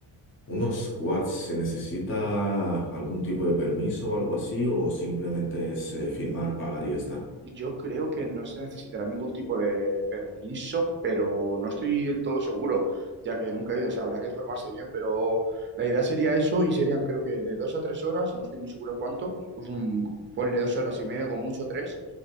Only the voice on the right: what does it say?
Yo creo que no se necesitará ningún tipo de permiso, pero no estoy del todo seguro, ya que nunca he ido, o sea, habrá que formarse bien, pero la idea sería eso y serían creo que de dos a tres horas, no estoy muy seguro cuánto, pues un, ponle dos horas y media, como mucho tres,